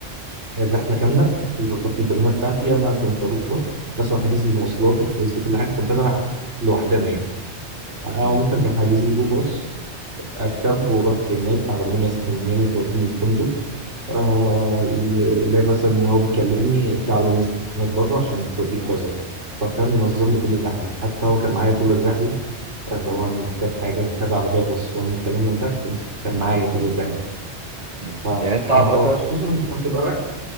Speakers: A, on the right; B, on the right.
A: الرحله كامله وظبط لي البنانه بتاعتي انا كنت اروح مثلا حاجز لي مواصلاتي حاجز لي كل حاجه كنت انا رايح لوحدنا يعني هو
B: امم
A: مثلا
B: أمم.
A: كان حاجز لي جو باص اركب ورحت هناك عربيه مستنياني توديني الفندق آه لا مثلا إن هو بيكلمني في عربيه مستنياك بره عشان توديك كذا فكان منظم لي كل حاجه حتى هو كان معايا طول الرحله اللي هو محتاج حاجه محتاج عربيه توصلني الكلام من ده كان معايا
B: فاهم
A: طول
B: قصدك
A: الرحله
B: اه. مم.
A: ف...
B: يعني انت عامة
A: فخصوصا انت بتبقى رايح